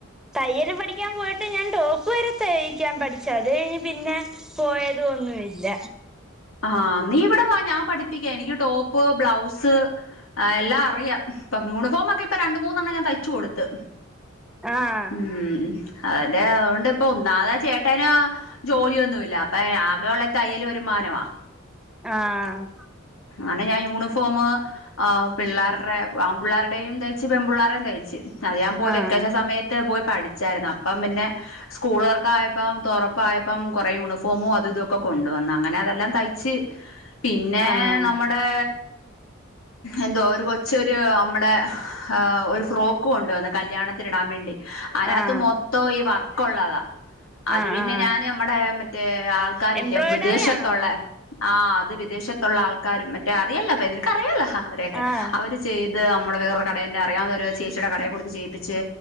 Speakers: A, in the centre; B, on the left.
A: തയ്യൽ പഠിക്കാൻ പോയിട്ട് ഞാൻ ടോപ്പ് വരെ തയ്ക്കാൻ പഠിച്ചു അത് കഴിഞ്ഞ് പിന്നെ പോയതും ഒന്നുയില്ല.
B: ആ നീ ഇവിടെ വാ ഞാൻ പഠിപ്പിക്കാം എനിക്ക് ടോപ്പ് ബ്ലൗസ് എല്ലാം ഫ്രീയ ഇപ്പം യൂണിഫോമൊക്കെ ഇപ്പ രണ്ട് മൂന്നെണ്ണം ഞാൻ തയ്ച്ചു കൊടുത്ത്.
A: ആഹ്
B: ഉം. അതന്റെ അവോണ്ട്പ്പൊ ഒന്നാമത് ആ ചേട്ടന് ജോലിയൊന്നുല്ല. അപ്പൊ ആകെയുള്ള തയ്യല് ഒരു വാ.
A: ആ.
B: അന്നെ ഞായൂണിഫോമ് അ പിള്ളാര്ടെ ആമ്പിള്ളാരുടെയും തയ്ച്ച് പെൺപിള്ളേരുേയും തയ്ച്ച്. അത് ഞാൻ പോയി
A: ആഹ്
B: വക്കേശ സമയ പോയി പടിചാർന്ന്. അപ്പ പിന്നെ സ്കൂൾതൊർക്ക് ആയപ്പോ തുറപ്പായപ്പം കുറേ യൂണിഫോമും അതുതു. ഒക്ക കൊണ്ട് വന്ന് അങ്ങനെ അതെല്ലാം തയ്ച്ച് പിന്നെ
A: ആഹ്
B: നമ്മടെ. എന്തോ ഒരു കൊച്ചൊരു അമ്മടെ ആഹ് ഒരു ഫ്രോക്ക് കൊണ്ട് വന്ന് കല്യാണത്തിന് ഇടാൻ മേണ്ടി അയിനാത്ത്
A: ആഹ്
B: മൊത്തോം ഈ വർക്കുള്ളതാ അത്
A: ആഹ്
B: പിന്നെ
A: ആഹ്
B: ഞാന് അമ്മടെ മറ്റേ ആൾക്കാരില്ലേ
A: എംബ്രോയ്ഡറി
B: വിദേശത്തുള്ളെ
A: ആണോ
B: ആഹ് അത് വിദേശത്തുള്ള ആൾക്കാരും മറ്റേ അറിയല്ലോ അപ്പൊ നിനക്ക് അറിയല്ലോ അവരെയൊക്കെ,
A: ആഹ്
B: അവര് ചെയ് ത് അമ്മടെ വേറൊരു കടയ്ണ്ട് അറിയാവുന്നൊര് ചേച്ചിയുടെ കടെ കൊടുത്ത് ചെയ്യിപ്പിച്ച്